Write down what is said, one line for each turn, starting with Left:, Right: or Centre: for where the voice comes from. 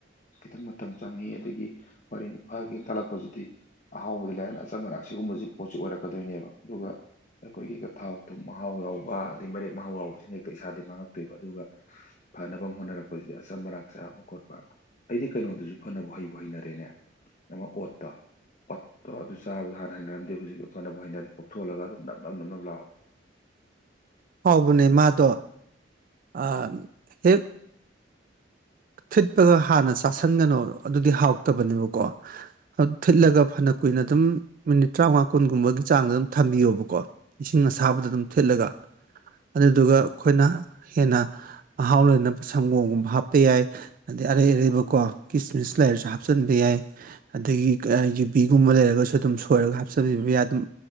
Left: ꯈꯤꯇꯪ ꯃꯇꯝ ꯆꯪꯉꯤ ꯑꯗꯒꯤ ꯋꯥꯔꯤ ꯅꯤꯐꯥꯒꯤ ꯑꯝ ꯇꯥꯂꯛꯄꯁꯤꯗꯤ ꯑꯍꯥꯎꯕꯗꯨ ꯂꯩꯔ ꯂꯩꯔ ꯑꯆꯝ ꯑꯔꯥꯛ ꯁꯤꯒꯨꯝꯕꯖꯤ ꯄꯣꯠꯁꯤ ꯑꯣꯏꯔꯛꯀꯗꯣꯏꯅꯦꯕ ꯑꯗꯨꯒ ꯑꯩꯈꯣꯏꯒꯤꯒ ꯊꯥꯎ ꯊꯨꯝ ꯃꯍꯥꯎ ꯌꯥꯎꯕ ꯑꯗꯩ ꯃꯔꯦꯛ ꯃꯍꯥꯎ ꯌꯥꯎꯕꯁꯤꯅ ꯍꯦꯛꯇ ꯏꯁꯥꯗꯤ ꯃꯥꯡꯉꯛꯇꯣꯏꯕ ꯑꯗꯨꯒ ꯐꯅꯕ ꯑꯃꯨꯛ ꯍꯣꯠꯅꯔꯛꯄꯁꯤꯗꯤ ꯑꯆꯝ ꯑꯔꯥꯛ ꯆꯥꯕ ꯈꯣꯠꯄ ꯑꯩꯗꯤ ꯀꯩꯅꯣꯗꯨꯖꯨ ꯐꯅꯕꯨ ꯍꯩꯕꯨ ꯍꯩꯅꯔꯦꯅꯦ ꯃ ꯑꯣꯠꯇꯣ ꯑꯣꯠꯇꯣ ꯑꯗꯨ ꯆꯥꯕꯗ ꯍꯥꯟꯅ ꯍꯩꯅꯔꯝꯗꯦ ꯍꯧꯖꯤꯛꯇꯤ ꯐꯅꯕꯨ ꯍꯩꯅꯔꯦ ꯄꯣꯛꯊꯣꯍꯜꯂꯒ ꯑꯗꯨꯝ ꯅꯞꯅꯞ ꯅꯞꯅꯞ ꯂꯥꯎ
Right: ꯍꯥꯎꯕꯅꯦ ꯃꯥꯗꯣ ꯑ ꯍꯦꯛ ꯊꯤꯠꯄꯒ ꯍꯥꯟꯅ ꯆꯥꯁꯟꯒꯅꯣ ꯑꯗꯨꯗꯤ ꯍꯥꯎꯇꯕꯅꯦꯕꯀꯣ ꯑꯠ ꯊꯤꯠꯂꯒ ꯐꯅ ꯀꯨꯏꯅ ꯑꯗꯨꯝ ꯃꯤꯅꯤꯠ ꯇ꯭ꯔꯥꯝꯉꯥ ꯀꯨꯟꯒꯨꯝꯕꯒꯤ ꯆꯥꯡꯗ ꯑꯗꯨꯝ ꯊꯝꯕꯤꯌꯣꯕꯀꯣ ꯏꯁꯤꯡ ꯑꯁꯥꯕꯗ ꯑꯗꯨꯝ ꯊꯤꯠꯂꯒ ꯑꯗꯨꯗꯨꯒ ꯑꯩꯈꯣꯏꯅ ꯍꯦꯟꯅ ꯃꯍꯥꯎ ꯂꯩꯅꯕ ꯁꯪꯒꯣꯝꯒꯨꯝꯕ ꯍꯥꯞ ꯄ ꯌꯥꯏ ꯑꯗꯩ ꯑꯔꯩ ꯑꯔꯩꯕꯀꯣ ꯀꯤꯁꯃꯤꯁ ꯂꯩꯔꯁꯨ ꯍꯥꯞꯆꯤꯟꯕ ꯌꯥꯏ ꯑꯗꯒꯤ ꯑ ꯌꯨꯕꯤꯒꯨꯝꯕ ꯂꯩꯔꯒꯁꯨ ꯑꯗꯨꯝ ꯁꯣꯏꯔꯒ ꯍꯥꯞꯆꯤꯟꯕꯤꯕ ꯌꯥ ꯑꯗꯨꯝ